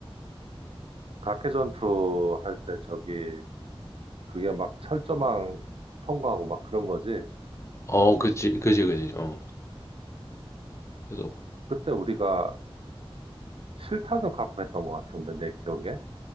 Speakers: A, on the right; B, on the left.
A: 각개전투 할 때 저기 그게 막 철조망 통과하고 막 그런 거지
B: 어, 그지, 그지, 그지. 어. 그래서
A: 그때 우리가 실탄을 갖고 했던 것 같은데 내 기억에